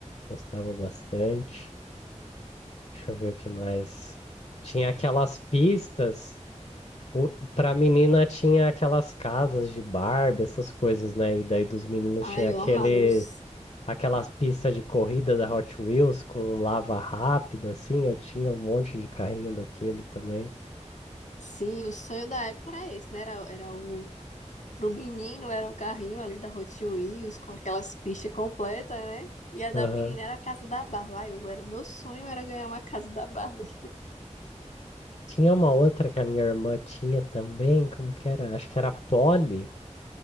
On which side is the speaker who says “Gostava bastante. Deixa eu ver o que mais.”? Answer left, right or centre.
Left